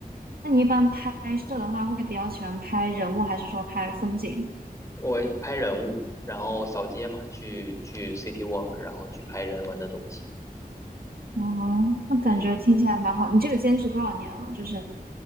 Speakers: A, on the right; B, on the left.
A: 那你一般拍摄的话，会比较喜欢拍人物，还是说拍风景？
B: 我拍人物，然后扫街嘛，去去 city walk，然后去拍人文的东西。
A: 哦，那感觉听起来蛮好。
B: 嗯，
A: 你这个坚持多少年了？就是